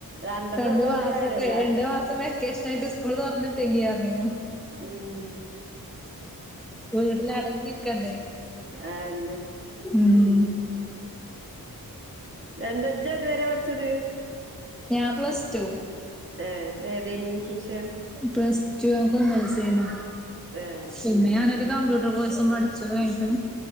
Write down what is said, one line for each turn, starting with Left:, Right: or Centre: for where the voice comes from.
Right: രണ്ടെണ്ണം
Centre: രണ്ട്ു
Right: ഉള്ളു
Centre: മാസക്കെ
Right: പറഞ്ഞിട്ട് കാര്യല്ല
Centre: രണ്ട്ു മാസം വ <unintelligible> ട്ട് സ്കൂള് തുറന്നിട്ടെങ്കി ആഞ്ഞു
Right: ഉ
Centre: വീട്ടില് അടങ്ങി ഇരിക്കണ്ടേ
Right: ആന്നെ
Centre: ഉം
Right: എന്താജ്ജ അത് വരെ പഠിച്ചത്
Centre: ഞാൻ പ്ലസ് ടു
Right: ഏ ഏതേനി വിഷയം
Centre: പ്ലസ് റ്റു ഞാൻ കൊമേഴ്സയ് നി
Right: ഏഹ്
Centre: പിന്നെ ഞാനോരു കമ്പ്യൂട്ടർ കോഴ്സും പഠിച്ചു കഞ്ഞിട്ട്